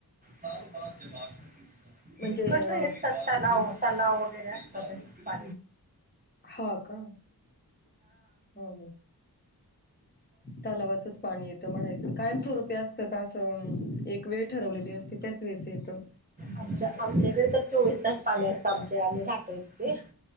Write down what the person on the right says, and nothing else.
सारू पाात जवाब
इकडच
येततात तलाव तलाव वगैरे असतात पा
आच्या आमच्याकडे तर चोवीस तास पाणी असतं आमचे आम्ही राहतोय तिथे